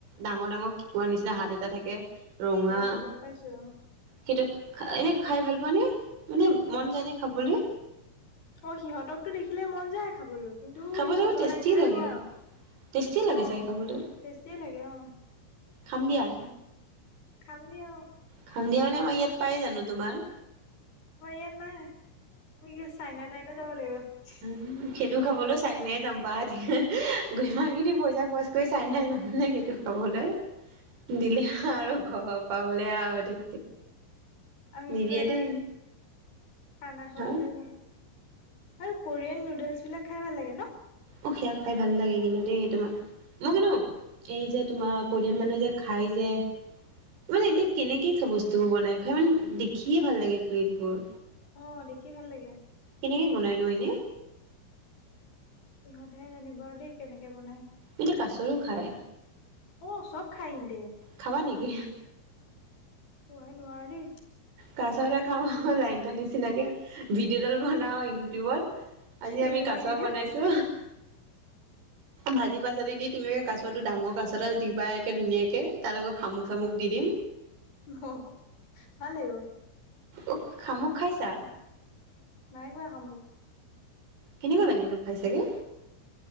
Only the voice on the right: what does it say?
ডাঙৰ ডাঙৰ কেকোৰা নিচিনা হাত এটা থাকে, ৰঙা
সেইটো, এনেই খাই ভাল পোৱা নে, মানে মন যায়নে খাবলৈ?
খাব
চাগে
টেষ্টি
লাগে
টেষ্টি লাগে
চাগে খাবলৈ
খাম দিয়া।
খাম দিয়া, মানে আমাৰ ইয়াত পায় জানো তোমাৰ।
উম, সেইটো খাবলৈ চাইনাই যাম বা, যিমানখিনি পইচা খৰচ কৰি চাইনাই যাম নেকি। খাবলৈ, দিলে আৰু ঘৰৰ পাবলৈ আৰু।
নিদিয়ে
দেই
হা
অ', সেয়া খাই ভাল লাগে কিন্তু দেই তোমাৰ। মই কিন্ত, এই যে তোমাৰ কোৰিয়ান মানুহে যে খাই যে মানে এতিয়া কেনেকে খাই বস্তু বনাই খাই মানে দে খিয়ে ভাল লাগে প্লেটবোৰ,
কেনেকে বনাই নো এনে।
এতিয়া কাছৰো খায়
খাবা নেকি?
কাছ এটা খাওঁ লাইন নিচিনাকে ভিডিঅ'ডাল বনাওঁ ইউটিউবত। আজি
আমি কাছ
বনাইছো। ভাজি পাচালি দি তুমি কাছটো ডাঙৰ কাছডাল দিবা একে ধুনীয়াকে। তাৰ লগত শামুক চামুক দি দিম।
উখ, শামুক খাইছা?
কেনেকুৱা লাগেনো, খাই চাগে।